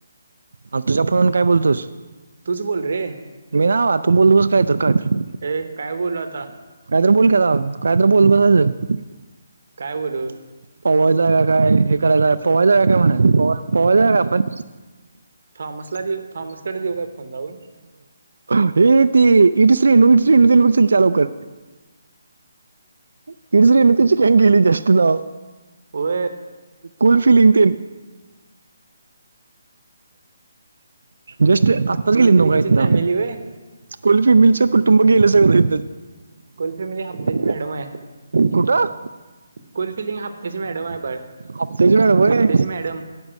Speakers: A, on the right; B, on the right.
A: आन तुझ्या फोनून काय बोलतोस?
B: तूच बोल रे
A: मी ना वा तू बोललोस काय तर कायतर.
B: हे काय बोल आता.
A: काहीतरी बोल की आता काय तर बोलत बसायचं.
B: काय बोलू?
A: पोवाय जाऊया काय, हे कराय जाऊया, पोवाय जाऊया काय म्हणायचं. पोवाय पोवाय जाऊया काय आपण?
B: थॉमसला देऊ थॉमसकडे देऊ काय कोण लावून?
A: हे ते इट श्री <unintelligible> चा लवकर. <unintelligible> गेली जस्ट नाव
B: होय.
A: कुल फिलिंग तेन. जस्ट आत्ताच
B: कोल
A: गेलीत न्हव
B: फिलिंगची
A: का हितनं.
B: फॅमिली होय
A: कुल फिमिलचं कुटुंब गेलं सगळं.
B: कोल फॅमिली हप्त्याची
A: <unintelligible>
B: मॅडम आहे.
A: कुठं
B: कोलफिलिंग हप्त्याची मॅडम आहे बाळ
A: हप्त्याची मॅडम व्हय
B: हप्त्याची मॅडम.